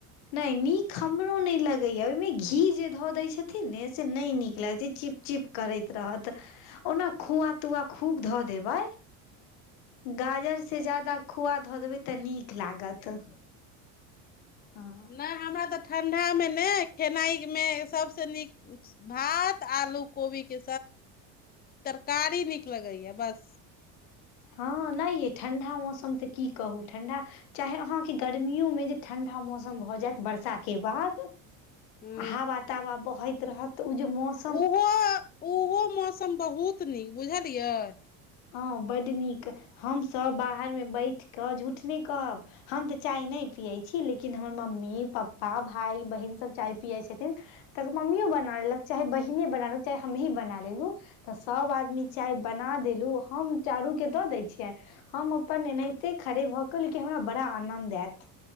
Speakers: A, on the left; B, on the left.
A: नहि नीक हमरो नहि लगैए ओहिमे घी जे धऽ दैत छथिन ने से नहि नीक लगैत छै चिप चिप करैत रहत ओना खोआ तुआ खूब धऽ देबै गाजर से ज्यादा खोआ धऽ देबै तऽ नीक लागत हँ
B: नै हमरा तऽ ठंडा मे ने खेनाइ मे सबसे नीक भात आलू कोबी के तरकारी नीक लगै या बस
A: हँ नै यै ठण्डा मौसम तऽ की कहू ठण्डा चाहे अहाँके गर्मियो मे जे ठंडा मौसम भऽ जायत बर् षा के बाद
B: हूँ
A: हवा तावा बहैत रहत त ओ जे मौस
B: ओहो ओहो मौसम बहुत नीक बुझलियै
A: हँ बड नीक हमसभ बाहर मे बैठ कऽ झूठ नहि कहब हम तऽ चाय नहि पियैत छी लेकिन हमर मम्मी पप्पा भाय बहिनसभ चाय पियैत छथिन तकर मम्मियो बना लेलक चाहे बहिने बना लेलक चाहे हमही बना लेलु तऽ सभ आदमी चाय बना देलहुँ हम चारूके दऽ दै छियै हम अपन एनाहिते खड़े भऽ कऽ लेकिन हमरा बड़ा आनन्द आयत